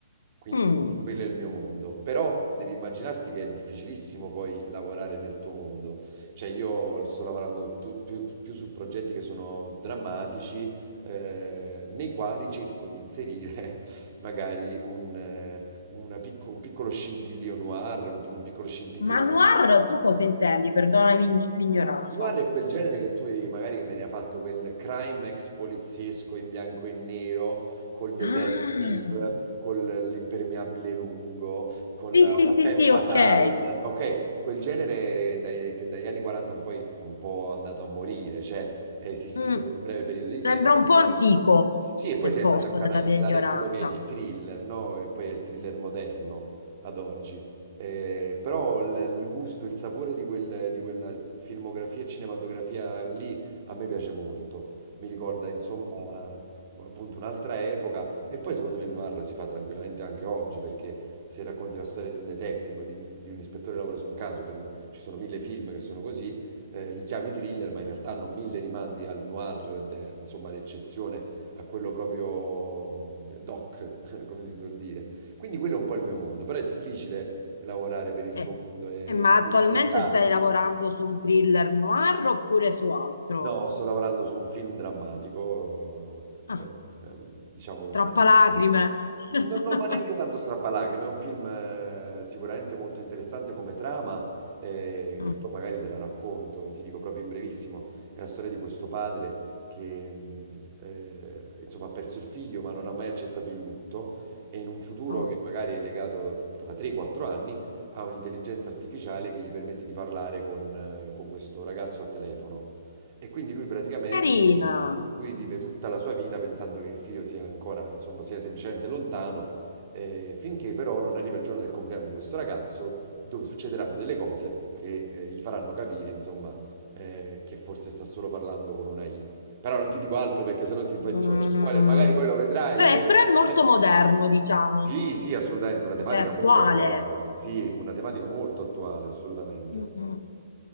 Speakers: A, on the right; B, on the left.
A: quindi
B: Mm.
A: quello è il mio mondo. Però devi immaginarti che è difficilissimo poi lavorare nel tuo mondo. Cioè io sto lavorando tu- più, più su progetti che sono drammatici, eh, nei quali cerco di inserire <laughs> magari un, eh, una picco- un piccolo scintillio noir, un, po- un piccolo scintillio
B: Ma
A: thriller.
B: noir tu cosa intendi? Perdonami ign- l'ignoranza.
A: Il noir è quel genere che tu vedevi magari che veniva fatto quel crime ex poliziesco in bianco e nero, col detective,
B: Ah,
A: con l'impermeabile lungo, con
B: sì,
A: la,
B: sì,
A: la
B: sì,
A: femme
B: sì,
A: fatale.
B: ok.
A: Ok, quel genere dai- che dagli anni 40 in poi è un po' andato a morire, cioè è esistito
B: Mm.
A: per un breve periodo di tempo
B: Sembra un
A: e
B: po'
A: poi...
B: antico,
A: Sì, e poi
B: se
A: si
B: posso,
A: è andato a canalizzare
B: nella mia ignoranza.
A: in quello che è il thriller, no? Che poi è il thriller moderno ad oggi. Eh, però il, il gusto, il sapore di quel- di quella filmografia e cinematografia lì a me piace molto. Mi ricorda, insomma, appunto un'altra epoca. E poi secondo me il noir si fa tranquillamente anche oggi, perché se racconti la storia di un detective, o di, di un ispettore che lavora su un caso, pen- ci sono mille film che sono così, eh, li chiami thriller, ma in realtà hanno mille rimandi al noir, de- insomma, d'eccezione a quello proprio mm, doc, <laughs> come si suol dire. Quindi quello è un po' il mio mondo, però è difficile lavorare per il
B: Eh,
A: tuo mondo e
B: eh, ma attualmente
A: devi adattarti.
B: stai lavorando su un thriller noir oppure su altro?
A: No, sto lavorando su un film drammatico,
B: Ah,
A: eh, ehm, diciamo un,
B: troppa lacrime.
A: Non,
B: <laughs>
A: non, ma neanche tanto strappalacrime, è un film eh, sicuramente molto interessante come trama, eh,
B: Mm,
A: che poi magari te la racconto, ti dico proprio in brevissimo, è la storia di questo padre che mh, eh, insomma ha perso il figlio ma non ha mai accettato il lutto e in un futuro
B: oh,
A: che magari è legato t- tra 3-4 anni ha un'intelligenza artificiale che gli permette di parlare con, eh, con questo ragazzo a telefono. E quindi lui praticamente
B: Carina.
A: lui vive tutta la sua vita pensando che il figlio sia ancora, insomma, sia semplicemente lontano, eh, finché però non arriva il giorno del compleanno di questo ragazzo, dove succederanno delle cose che eh, gli faranno capire, insomma, eh, che forse sta solo parlando con una I. Però non ti dico altro perché sennò ti
B: Mm,
A: faccio, faccio spoiler, magari poi lo vedrai.
B: eh,
A: e-
B: però è molto
A: eh,
B: moderno, diciamo,
A: Sì, sì, assolutamente, una tematica
B: cioè attuale.
A: molto attuale. Sì, una tematica molto attuale, assolutamente.
B: Mm, mm.